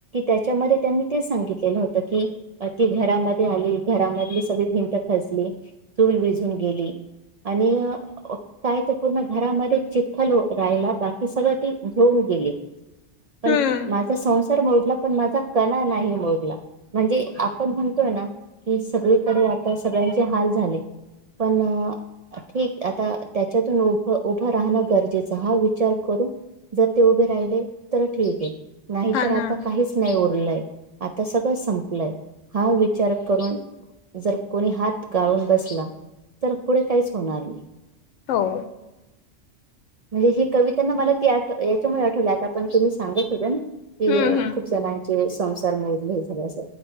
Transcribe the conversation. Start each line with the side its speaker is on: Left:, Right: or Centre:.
Right: त्याच्यामध्ये त्यांनी ते सांगितलेलं होत की, ती घरामध्ये आली. घरामधली सगळी भिंत खसली चूल विजून गेली आणि अ काय तर पूर्ण घरामध्ये चिखल राहिला, बाकी सगळं ती धुन गेली. पण
Left: हम्म
Right: माझा संसार मोडला, पण माझा कणा नाही मोडला. म्हणजे आपण म्हणतोय ना, की सगळीकडे आता सगळ्यांचे हाल झाले. पण ठिक आहे. आता त्याच्यातून उभ उभं राहणं गरजेचं हा विचार करून जर ते उभे राहिले तर ठीक आहे, नाही
Left: हा
Right: तर आता
Left: ना
Right: काहीच नाही उरलंय, आता सगळं संपलंय हा विचार करून जर कोणी हात गाळून बसला, तर पुढे काहीच होणार नाही.
Left: हो.
Right: म्हणजे ही कविता ना मला ती आठ याच्यामुळे आठवली, आता पण तुम्ही सांगत होत्या ना की
Left: हम्म हम्म
Right: खूप जणांचे संसार मोडले झाले अस